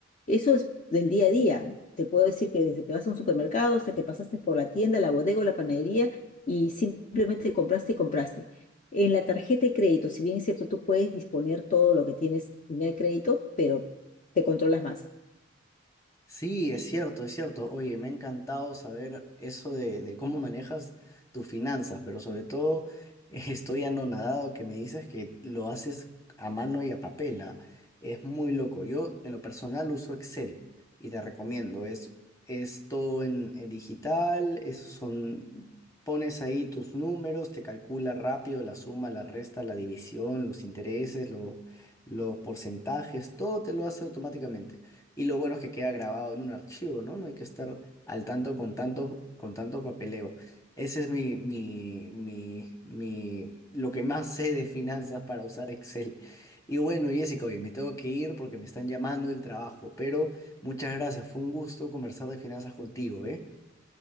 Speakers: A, on the left (about 40°); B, on the left (about 15°).
A: Eso es del día a día. Te puedo decir que desde que vas a un supermercado hasta que pasaste por la tienda, la bodega o la panadería y simplemente compraste y compraste. En la tarjeta de crédito, si bien es cierto, tú puedes disponer todo lo que tienes en el crédito, pero te controlas más.
B: Sí, es cierto, es cierto. Oye, me ha encantado saber eso de, de cómo manejas tus finanzas, pero sobre todo <laughs> eh, estoy anonadado que me dices que lo haces a mano y a papel, ¿ah? Es muy loco. Yo en lo personal uso Excel y te recomiendo. Es, es todo en, en digital, es- son, pones ahí tus números, te calcula rápido la suma, la resta, la división, los intereses, lo- los porcentajes, todo te lo hace automáticamente. Y lo bueno es que queda grabado en un archivo, ¿no? No hay que estar al tanto con tanto, con tanto papeleo. Ese es mi, mi, mi, mi, lo que más sé de finanzas para usar Excel. Y bueno, Jessica, hoy me tengo que ir porque me están llamando del trabajo, pero muchas gracias. Fue un gusto conversar de finanzas contigo, ¿eh?